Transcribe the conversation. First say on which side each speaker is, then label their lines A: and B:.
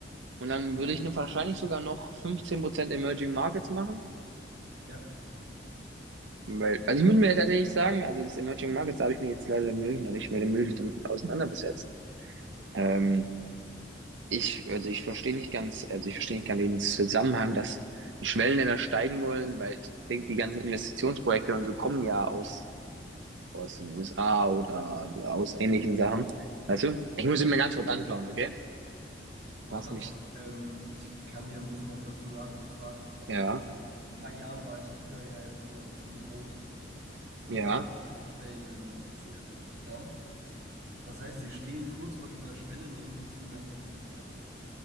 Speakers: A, on the right; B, on the right.
A: Und dann
B: Ja,
A: würde ich ne- wahrscheinlich sogar noch 15% Emerging Markets machen.
B: ja,
A: Weil, also ich muss mir tatsächlich sagen, also das Emerging Markets da habe ich mich jetzt leider wirklich noch nicht mehr wirklich damit auseinandergesetzt. Ähm, ich, also ich verstehe nicht ganz, also ich verstehe nicht ganz den Zusammenhang, dass die Schwellenländer steigen wollen, weil ich denke, die ganzen Investitionsprojekte und so kommen ja aus, aus den USA oder aus ähnlichen Sachen. Weißt du? Ich muss ihn mir ganz kurz anschauen, okay?
B: mach
A: Lass
B: das.
A: mich,
B: Ähm, ich kann dir ein bisschen was dazu sagen. Und zwar,
A: ja,
B: guck mal, vor ein paar Jahren war China ja jetzt auch noch nicht so groß. Und
A: ja,
B: die haben auch zu den Schwellenländern gezählt. Ja, Das heißt, sie stehen kurz vor dieser Schwelle, eine Industrienation zu werden,